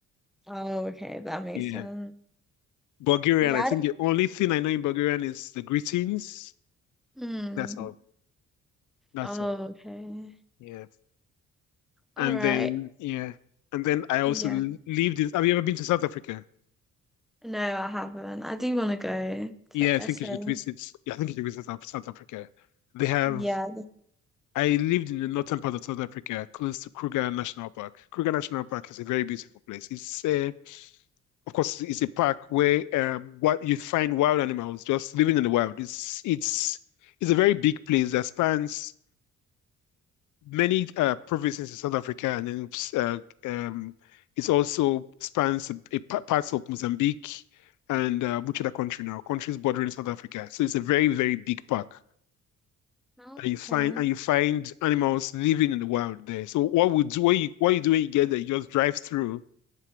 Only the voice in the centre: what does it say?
Oh, okay, that makes
sense.
Yeah,
I didn't.
Hmm.
Oh,
okay.
All right.
yeah.
No, I haven't. I do want to go
to
SA.
Yeah.
Oh,
Okay.